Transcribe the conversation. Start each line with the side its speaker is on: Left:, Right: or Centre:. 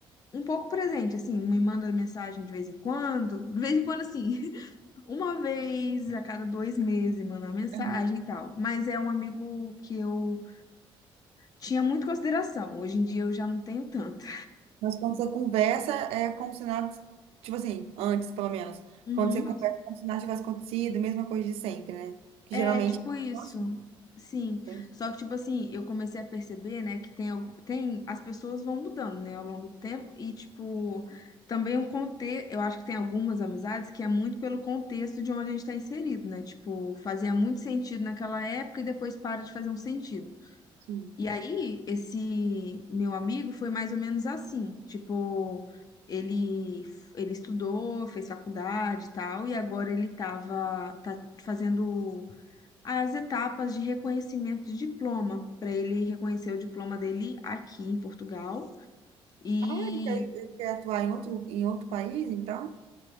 Left: um pouco presente, assim, me manda mensagem de vez em quando, de vez em quando, assim, <laughs> uma vez a cada dois meses manda uma mensagem
Right: Hum.
Left: e tal, mas é um amigo que eu tinha muito consideração, hoje em dia eu já não tenho tanto.
Right: Mas quando você conversa, é como se nada, tipo assim, antes pelo menos,
Left: Uhum.
Right: quando você conversa, é como se nada tivesse acontecido, mesma coisa de sempre, né? Que
Left: É,
Right: geralmente,
Left: tipo isso.
Right: nossa,
Left: Sim.
Right: tem que...
Left: Só que, tipo assim, eu comecei a perceber, né, que tem, algu- tem, as pessoas vão mudando, né, ao longo do tempo. E, tipo, também o contexto, eu acho que tem algumas amizades que é muito pelo contexto de onde a gente está inserido, né? Tipo, fazia muito sentido naquela época e depois para de fazer um sentido.
Right: que-
Left: E aí, esse meu amigo foi mais ou menos assim, tipo, ele, ele estudou, fez faculdade e tal, e agora ele tava, tá fazendo as etapas de reconhecimento de diploma, para ele reconhecer o diploma dele aqui em Portugal. E
Right: Ah, ele quer, ele quer atuar em outro, em outro país, então?